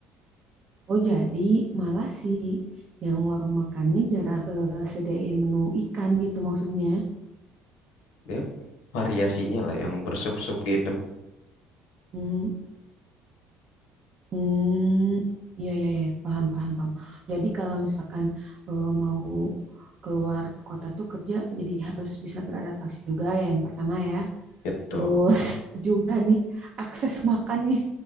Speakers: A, on the right; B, on the left.
A: Oh, jadi malah sih yang warung makannya jarang eh, sedain menu ikan gitu maksudnya.
B: Ya, variasinya lah yang bersup-sup gitu.
A: Hmm, hmm, iya, iya, iya, iya. paham, paham, paham. Jadi kalau misalkan eh, mau keluar kota tuh kerja, jadi harus bisa beradaptasi juga ya yang pertama ya.
B: Gitu.
A: Terus <laughs> juga nih akses makan nih,